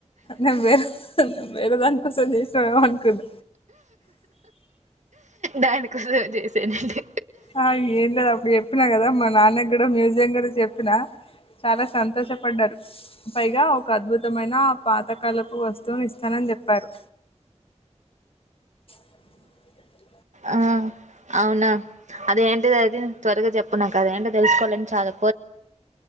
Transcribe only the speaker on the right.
దానికోసమే చేసానండి.
ఆ అవునా! అదేంటి అది త్వరగా జెప్పు నాకది ఏంటిది తెలుసుకోవాలని చాలదు